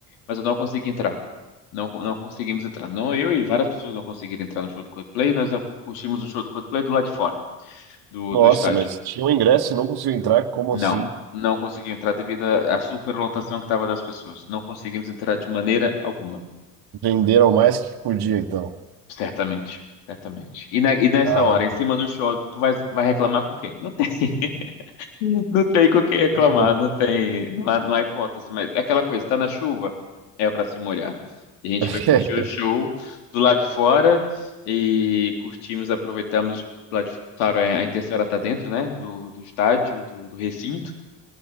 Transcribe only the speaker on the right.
Nossa,
mas tinha um ingresso e não conseguiu entrar. Como
assim?
Venderam mais que podia, então.
Ah,
Meu.
<laughs>